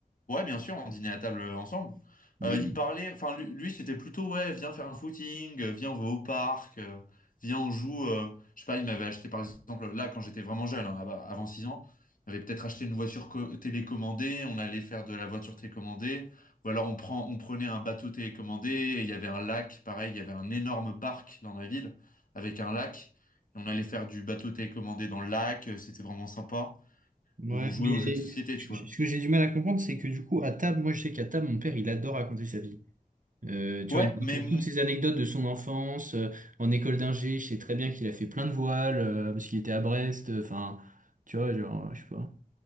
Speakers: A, on the left; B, on the right.
A: Ouais, bien sûr, on dînait à table ensemble.
B: Mais
A: Euh, il me parlait, enfin lui, lui, c'était plutôt ouais, viens faire un footing, euh, viens on va au parc, euh, viens on joue. euh, je sais pas, il m'avait acheté par exemple là quand j'étais vraiment jeune, hein, av- avant 6 ans, il m'avait peut-être acheté une voiture co- télécommandée, on allait faire de la voiture télécommandée, ou alors on prend, on prenait un bateau télécommandé, et il y avait un lac, pareil, il y avait un énorme parc dans ma ville avec un lac, et on allait faire du bateau télécommandé dans le lac, euh, c'était vraiment sympa,
B: Ouais,
A: où on jouait
B: mais
A: aux jeux de société,
B: je-
A: tu vois.
B: je- ce que j'ai du mal à comprendre, c'est que du coup, à table, moi je sais qu'à table, mon père, il adore raconter sa vie. Euh, tu
A: Ouais,
B: vois, il nous raconte
A: mais m-
B: toutes ses anecdotes de son enfance, euh, en école d'ingé, je sais très bien qu'il a fait plein de voiles, euh, parce qu'il était à Brest, euh, enfin, tu vois, genre, euh, je sais pas.